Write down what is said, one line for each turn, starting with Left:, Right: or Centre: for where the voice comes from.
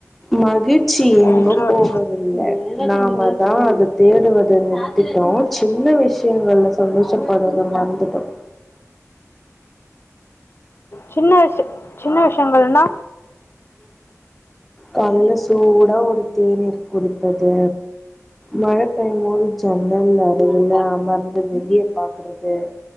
Centre: மகித் சி எங்கும்
Left: என்றார்
Centre: போகவில்லை நாம தான் அதை தேடுவதை நிறுத்திட்டோம் சின்ன விஷயங்கள்ல சந்தோஷப்படுவதை மறந்துட்டோம்
Left: சின்ன வயசு சின்ன விஷயங்கள் நா
Centre: காலைல சூடா ஒரு தேநீர் டீ குடிப்பது மழை பெய்யும்போது ஜன்னல் நடுவுல அமர்ந்து வெளியே பாக்குறது